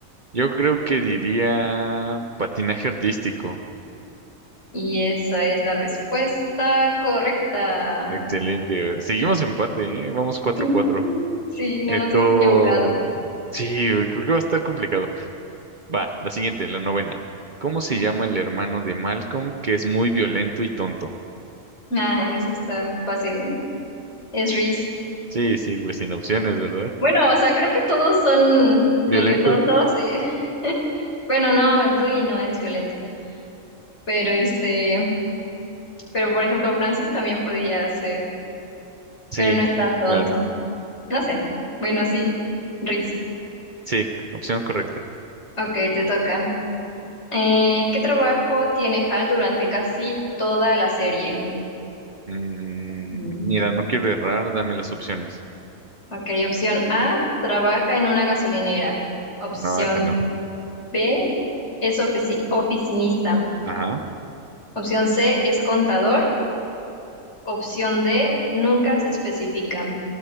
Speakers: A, on the right; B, on the left.
A: Yo creo que diría patinaje artístico.
B: Y esa es la respuesta correcta.
A: Excelente. Seguimos empate, ¿eh? Vamos cuatro
B: <laughs>
A: cuatro.
B: Sí, no
A: Esto...
B: nos hemos equivocado.
A: Sí, güey, creo que va a estar complicado. Va, la siguiente, la novena. ¿Cómo se llama el hermano de Malcolm que es muy violento y tonto?
B: Ah, eso está fácil. Es Reese.
A: Sí, sí, güey, sin opciones, ¿verdad?
B: Bueno, o sea, creo que todos son
A: Violento,
B: medio tontos y <laughs> bueno, no, Dewey no es violento, pero este, pero por ejemplo, Francis también podía ser,
A: sí,
B: pero no es tan tonto.
A: claro.
B: No sé. Bueno, sí, Reese.
A: Sí, opción correcta.
B: Ok, te toca. Eh, ¿qué trabajo tiene Hal durante casi toda la serie?
A: Mm,
B: Mm.
A: mira, no quiero errar, dame las opciones.
B: Ok, opción A, trabaja en una gasolinera. Opción
A: No, esta no.
B: B, es ofici- oficinista.
A: Ajá.
B: Opción C, es contador. Opción D, nunca se especifica.